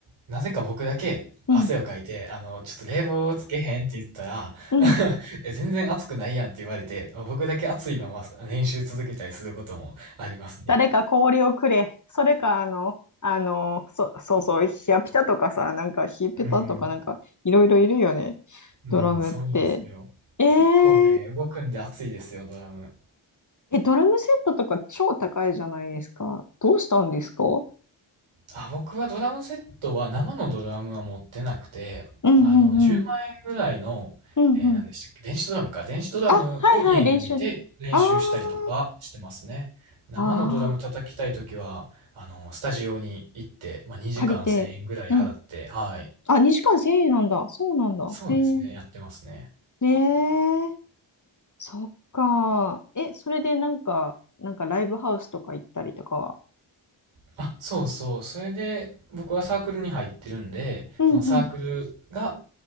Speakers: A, on the right; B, on the left.
A: なぜか僕だけ汗をかいて、
B: うん、
A: あの、ちょっと冷房つけへんって言ったら、
B: うん。
A: <laughs> え全然暑くないやんって言われて、僕だけ暑いまま練習続けたりすることもありますね。
B: 誰か氷をくれ。それか、あの、あの、そ、そうそう、ヒヤピタとかさ、なんかヒヤピタとかなんかいろいろいるよね。
A: うん、うん、
B: ドラムって。
A: そうですよ。
B: え
A: 結構ね、
B: ー、
A: 動くんで暑いですよ、ドラム。
B: え、ドラムセットとか超高いじゃないですか。どうしたんですかう
A: あ、僕はドラムセットは生のドラムは持ってなくて、
B: んうんうん。
A: あの、10万円ぐらいの、
B: うんうん。
A: えー何でしたっけ、電子ドラムか。電子ドラムを家に置いて練習したりとかしてますね。
B: あ、はいはい、練習で。あー
A: 生のドラム叩きたいときは、
B: あ
A: あの、スタジオに行って、まあ、2時間1000円ぐらい払って、
B: ー、借りて。うん。
A: はい。
B: あ、2時間1000円なんだ。そうなんだ。
A: そうですね、
B: へえー、
A: やってますね。
B: ねえ。そっか。え、それでなんか、なんかライブハウスとか行ったりとかは、
A: あ、そうそう。それで、僕はサークルに入ってるんで、
B: うんうん。
A: そのサークルが